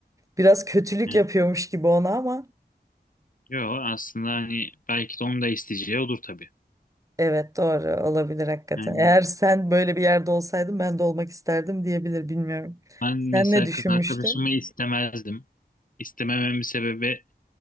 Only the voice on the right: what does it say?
Biraz kötülük
yapıyormuş gibi ona ama.
Evet doğru olabilir hakikaten.
Eğer sen böyle bir yerde olsaydın ben de olmak isterdim diyebilir bilmiyorum.
Sen ne düşünmüştün?